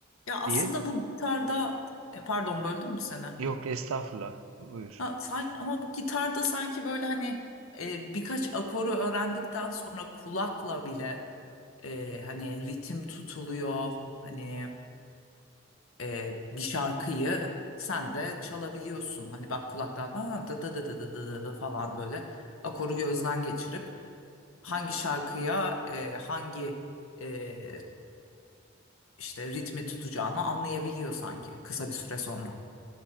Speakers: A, on the left (about 85°); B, on the right (about 85°).
A: Ya aslında
B: diye
A: bu gitarda e, pardon böldüm mü seni?
B: Yok estağfurullah. Buyur.
A: Ha, sanki, ama bu gitarda sanki böyle hani e, birkaç akoru öğrendikten sonra kulakla bile e, hani ritim tutuluyor. Hani e, bir şarkıyı sen de çalabiliyorsun. Hani bak kulaktan aa, da da da da da da da da" falan böyle akoru gözden geçirip hangi şarkıya e, hangi e, işte ritmi tutacağını anlayabiliyor sanki kısa bir süre sonra.